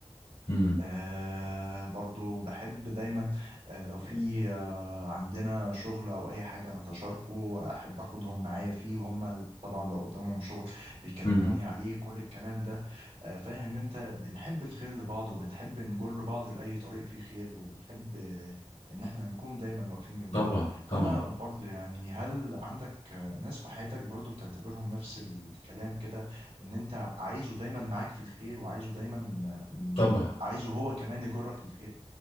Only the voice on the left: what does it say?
مم.
مم.
طبعا
طبعا
طبعا